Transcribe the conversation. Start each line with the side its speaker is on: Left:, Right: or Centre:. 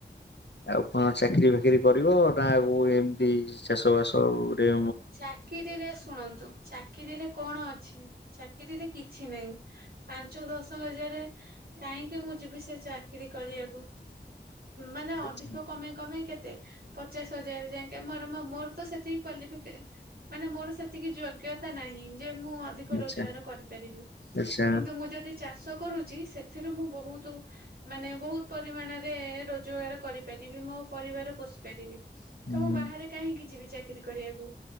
Left: ଆଉ କଣ ଚାକିରି ଫାକିରି କରିବ ନା ଆଉ ଏମିତି ଚାଷ ବାସରେ
Right: ଚାକିରିରେ ଶୁଣନ୍ତୁ ଚାକିରିରେ କଣ ଅଛି ଚାକିରିରେ କିଛି ନାହିଁ। ପାଞ୍ଚ ଦଶ ହଜାର କାହିଁକି ମୁଁ ଯିବି ସେ ଚାକିରୀ କରିବାକୁ। ମାନେ ଅଧିକ
Left: ଆଚ୍ଛା
Right: କମେ କମେ କେତେ ପଚାଶ ହଜାର ଯାଇକେ ମୋର ମୋର ତ ସେଠି କାଲି ମାନେ ମୋର ସେତିକି ଯୋଗ୍ୟତା ନାହିଁ ଯେ ମୁଁ ଅଧିକ
Left: ଆଚ୍ଛା
Right: ରୋଜଗାର କରିପାରିବି
Left: ଆଚ୍ଛା
Right: କିନ୍ତୁ ମୁଁ ଯଦି ଚାଷ କରୁଛି ସେଥିରୁ ମୁଁ ବହୁତ ମାନେ ବହୁତ ପରିମାଣରେ ରୋଜଗାର କରିପାରିବି ମୋ ପରିବାର ପୋଷି ପାରିବି।
Left: ହୁଁ
Right: ତ ମୁଁ ବାହାରେ କାହିଁକି ଯିବି ଚାକିରୀ କରିବାକୁ